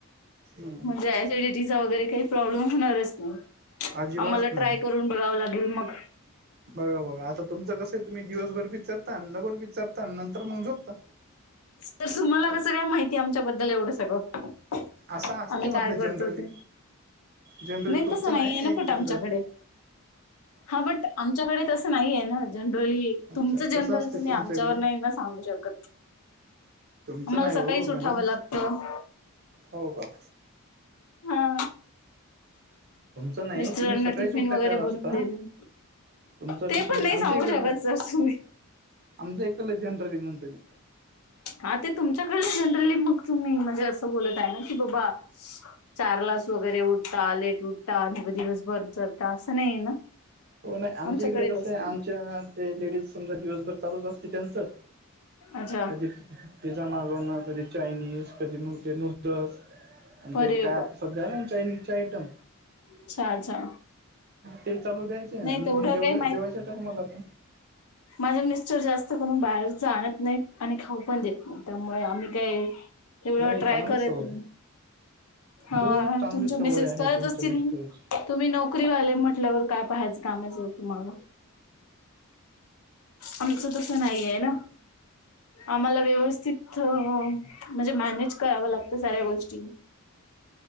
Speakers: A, on the right; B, on the left.
A: हम्म
B: म्हणजे ऍसिडिटीचा वगैरे काही प्रॉब्लेम होणारच नाही.
A: अजिबात
B: आम्हाला
A: नाही
B: ट्राय करून बघाव लागेल मग.
A: बघा बघा आता तुमचं कसंय तुम्ही दिवसभर बी चरता, डबल बी चरता नंतर मग झोपता.
B: तर तुम्हाला कसं काय माहिती आमच्याबद्दल एवढं सगं
A: असं असते
B: आम्ही
A: म्हटलं
B: काय करतो
A: जनरली
B: ते
A: जनरली
B: नाही
A: तुमचं
B: तसं नाही आहे ना
A: एक
B: पट
A: जनरली
B: आमच्याकडे हा बट आमच्याकडे तसं नाही आहे ना जनरली
A: अच्छा
B: तुमचं जनरल
A: कसं असते
B: तुम्ही
A: तुमच्याकडे
B: आमच्यावर नाही ना सांगू शकत
A: तुमचं
B: आम्हाला
A: नाही
B: सकाळीच
A: हो मॅडम
B: उठावं लागतं
A: हो का
B: हा
A: तुमचं नाही
B: मिस्टरांना
A: तुम्ही सकाळीच
B: टिफिन
A: उठता
B: वगैरे
A: चार
B: बनवून
A: वाजता
B: देणं
A: तुमचा विषय
B: ते पण
A: नाही आमच्या
B: सांगू
A: इकडलं
B: शकत सर तुम्ही
A: आमच इकडलं जनरली म्हणतो म्ही
B: हा ते तुमच्याकड जनरली मग तुम्ही म्हणजे असं बोलत आहे ना की बाबा चार लास वगैरे उठता लेट उठता आणि दिवस भर चलता असं नाहीय ना
A: हो नाही आमच्या
B: आमच्याकडे
A: इकडे कसं
B: तसं
A: आहे आमच्या
B: नाही
A: ते लेडीज समजा दिवसभर चालूच असते त्यांचं
B: अच्छा
A: कधी पिझ्झा मागवण कधी चायनीज कधी मग ते नूडल्स आणि ते
B: अरे
A: काय आता
B: बा
A: सद्धा आहे ना चायनीजचे आयटम
B: अच्छा अच्छा
A: ते चालू द्यायचे आणि
B: नाही तेवढं
A: जेव
B: काही
A: जेवायच्या टामला तर
B: माझं मिस्टर जास्त करून बाहेरच आणत नाही आणि खाऊ पण देत नाही त्यामुळे आम्ही काही एवढं
A: नाही
B: ट्राय
A: चांगली
B: करत
A: सवय
B: मी हा
A: खूप चांगली
B: तुमच्या
A: सवय
B: मिेसेस
A: आहे
B: करत
A: तुमच्या
B: असतील
A: मिस्टरची
B: तुम्ही नोकरीवाले म्हटल्यावर काय पाहायचं कामायचं तुम्हाला आमचं तस नाही आहे ना आम्हाला व्यवस्थित म्हणजे मॅनेज करावं लागतं साऱ्या गोष्टी